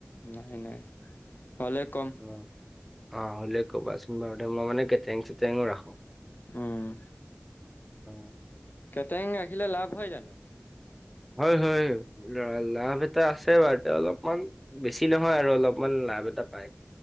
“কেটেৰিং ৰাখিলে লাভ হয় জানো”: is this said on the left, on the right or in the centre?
Left